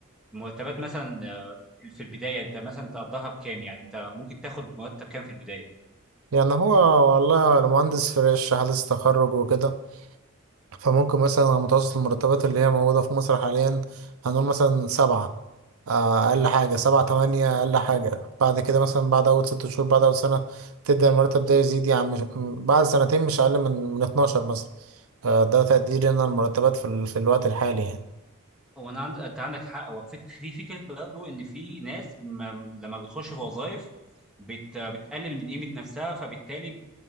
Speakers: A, in the centre; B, on the right.
A: مرتبات مثلا آه، في البدايه انت مثلا تقضيها بكام يعني انت ممكن تاخد مرتب كام في البدايه
B: يعني هو والله أنا مهندس فريش حديث تخرج وكده فممكن مثلا على متوسط المرتبات اللي هي موجودة في مصر حاليا هنقول مثلا سبعة آه، أقل حاجة سبعة تمانية أقل حاجة بعد كده مثلا بعد أول ست شهور بعد أول سنة تبدأ المرتب ده يزيد يعني مش بعد سنتين مش أقل من من 12 مثلا آه، ده تقديري أنا المرتبات في, ال... في الوقت الحالي يعني
A: هو انا عند... انت عندك حق هو فك- في فكره برضه ان في ناس ما... لما بتخش في وظائف بت... بتقلل من قيمه نفسها فبالتالي ب...